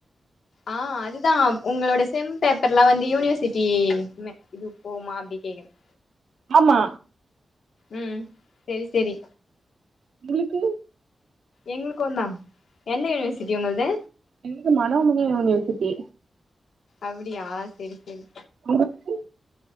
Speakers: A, on the left; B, on the right.
A: ஆ அதுதான் உங்களோட செம் பேப்பர்ல்லாம் வந்து யூனிவர்சிட்டி மே இது போவுமா அப்டி கேக்குறேன்
B: ஆமா
A: உம் செரி செரி
B: உங்களுக்கு
A: எங்களுக்கு தா எந்த யூனிவர்சிட்டி உங்கள்து
B: எங்கள்க்கு மணோமணி யூனிவர்சிட்டி
A: அப்டியா செரி செரி
B: உங்கள்க்கு